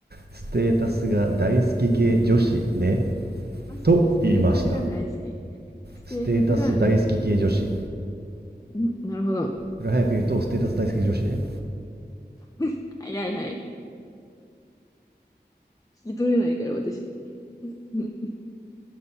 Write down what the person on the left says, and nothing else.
スステータスが大好き。
ステータスが大好き系。
んなるほど。
<laughs> 早い早い。聞き取れないから、私。<laughs> うん